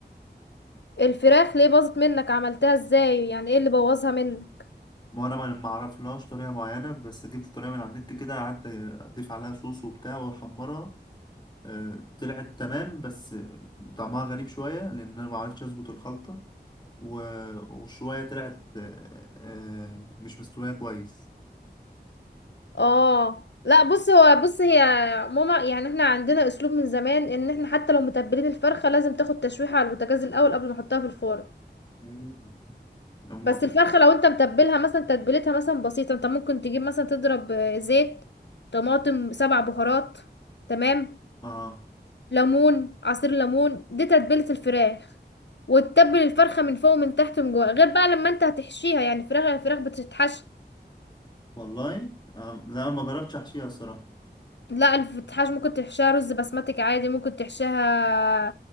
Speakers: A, on the left; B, on the left.
A: الفراخ ليه باظت منك عملتها ازاي يعني ايه اللي بوظها منك
B: ما انا ما ما اعرفلهاش طريقة معينة بس جبت طريقة من على النت كده قعدت اضيف عليها صوص وبتاع واحمرها آه، طلعت تمام بس طعمها غريب شوية لان انا ما عرفتش اظبط الخلطة و- وشوية طلعت آه، آه، مش مستوية كويس
A: اه لا بص هو بص هي ماما يعني احنا عندنا اسلوب من زمان ان احنا حتى لو متبلين الفرخة لازم تاخد تشويحة على البوتاجاز الاول قبل ما احطها في الفرن
B: مم. أما
A: بس الفرخة لو انت متبلها مثلا تتبيلتها مثلا بسيطة انت ممكن تجيب مثلا تضرب آه، زيت طماطم سبع بهارات تمام
B: آه
A: ليمون عصير ليمون دي تتبيلة الفراخ وتتبل الفرخة من فوق ومن تحت ومن جوه غير بقى لما انت هتحشيها يعني فراخ الفراخ بتتحشى
B: والله آه. لا ما جربتش أحشيها صراحة
A: لا الفتحاش ممكن تحشيها رز بسمتك عادي ممكن تحشيها